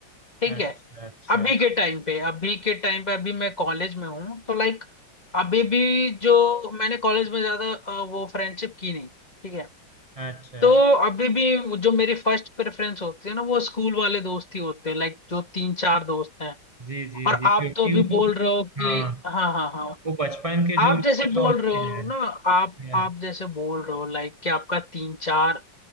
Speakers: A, on the left (about 20°); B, on the right (about 25°).
A: ठीक
B: अच्छा
A: है
B: अच्छा
A: अभी के टाइम पे अभी के टाइम पे अभी मैं कॉलेज में हूँ तो लाइक अभी भी जो मैंने कॉलेज में ज्यादा अ, वो फ्रेंडशिप की नहीं ठीक है
B: अच्छा
A: तो अभी भी जो मेरी फर्स्ट प्रेफरेंस होती है ना वो स्कूल वाले दोस्त ही होते हैं लाइक जो तीन चार दोस्त हैं
B: जी जी
A: और
B: जी
A: आप
B: क्योंकि
A: तो अभी बोल
B: वो
A: रहे हो कि
B: हाँ
A: हाँ हाँ हाँ
B: वो बचपन के जो
A: आप
B: मित्र
A: जैसे बोल
B: होते
A: रहे हो
B: हैं
A: ना आप
B: हाँ,
A: आप जैसे बोल रहे हो लाइक कि आपका तीन चार